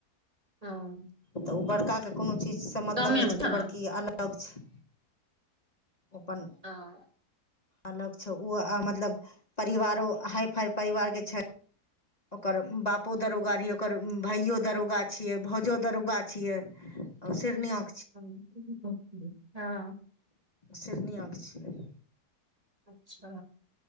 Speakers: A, on the right; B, on the left.
A: हँ
B: तऽ उ बड़का के कोनो चीज से मतलब
A: गामेमे
B: ने छेय
A: छै न
B: बड़की अलग अलग छे अपण
A: <unintelligible>
B: अलग छे उ आ मतलब परिवारो हाय फाय परिवार के छे ओकर बापो
A: हूँ
B: दरोगा रहिये ओकर भाइयो दरोगा छियै भौजो दरोगा छिये सिर नियो
A: <unintelligible>
B: शिरनीया कऽ छिये
A: अच्छा